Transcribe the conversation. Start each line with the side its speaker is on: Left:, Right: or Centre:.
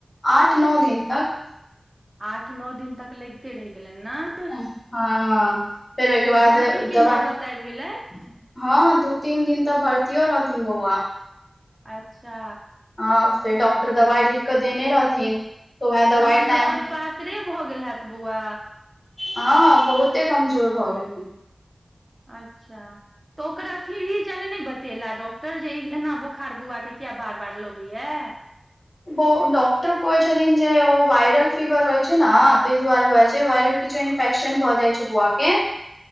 Left: आठ न दिन तक
Right: आठ न दिन तक लगिते रहि गेलनि नय
Left: हं फेर ओय के बाद
Right: भर्ती के
Left: दबाई
Right: नौबत आबि गेलै
Left: हं दू तीन दिन तऽ भरतियो रहथीन बौआ
Right: अच्छा
Left: हं से डॉक्टर
Right: बुझियौ
Left: दवाइ लिख के देने रहथिन तऽ उहे दवाइ
Right: तहन तऽ
Left: टाइम
Right: आओर पातरे भऽ गेल हेऽत बौआ
Left: हं बहुते कमजोर भऽ गेलखिन
Right: अच्छा तऽ ओकरा थीहिज <unintelligible> ने बतेला डॉक्टर जे एना बोखार बौआ के किया बार बार लगैया
Left: बौ डॉक्टर कहै छथिन जे ओ वायरल फीवर रहै छै न तय दुआरे भ जाय छै किछो इन्फेक्शन भऽ जाय छै बुआ के
Right: चू